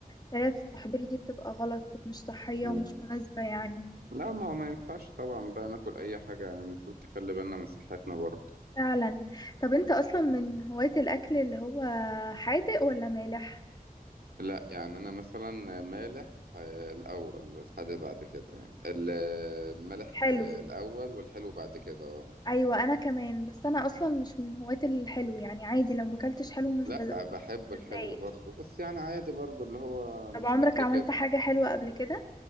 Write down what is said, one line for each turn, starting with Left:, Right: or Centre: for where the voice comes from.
Left: سريعة التحضير دي بتبقى غلط ومش صحية
Right: مم.
Left: ومش مناسبة يعني
Right: لا ما هو ما ينفعش طبعا بقى ناكل أي حاجة يعني المفروض نخلي بالنا من صحتنا برضه
Left: فعلا طب انت اصلا من هواة الاكل اللي هو حادق ولا مالح
Right: لا يعني انا مثلا مالح آه، الاول الحادق بعد كده يعني ال- المالح
Left: حلو
Right: آه، الاول والحلو بعد كده اه
Left: ايوه انا كمان بس انا اصلا مش من هواة الحلو يعني عادي لو ما اكلتش حلو مش
Right: لا
Left: بز-
Right: بحب
Left: مش
Right: الحلو
Left: بتضايق
Right: برضه بس يعني عادي برضه اللي هو مش
Left: طب عمرك
Right: قد
Left: عملت
Right: كده
Left: حاجة حلوة قبل كده